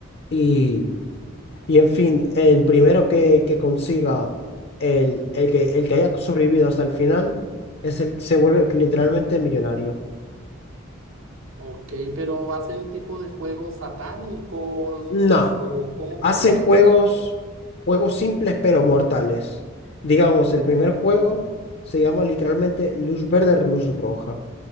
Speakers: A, on the left (about 55°); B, on the right (about 70°).
A: Y Y en fin, el primero que, que consiga, el, el que, el que haya sobrevivido hasta el final, es el, se vuelve literalmente millonario.
B: Ok, pero ¿hacen un tipo de juegos satánicos
A: No,
B: o cómo comienza?
A: hacen juegos, juegos simples pero mortales. Digamos, el primer juego se llama literalmente Luz Verde, Luz Roja.